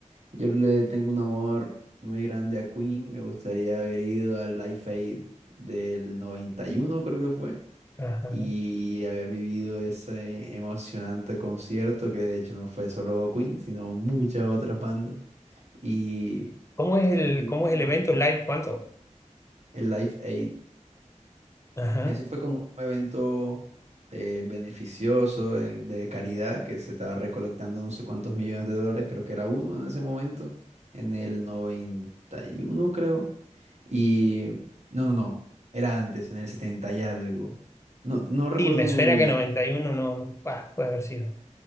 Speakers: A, on the right; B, on the left.
A: yo le tengo un amor muy grande a Queen. Me gustaría haber ido al Live Aid del 91, creo que fue.
B: Ajá.
A: y haber vivido ese emocionante concierto que de hecho no fue solo Queen, sino muchas otras bandas. Y
B: ¿Cómo es el,
A: Mm.
B: cómo es el evento? ¿Live cuánto?
A: el Live Aid,
B: Ajá.
A: eso fue como un evento eh, beneficioso, eh, de caridad, que se estaba recolectando no sé cuántos millones de dólares, creo que era uno en ese momento, en el 91 creo. Y no, no, no, era antes, en el 70 y algo. No, no recuerdo
B: Sí, me suena
A: muy bien.
B: que 91 no, no, bah, puede haber sido.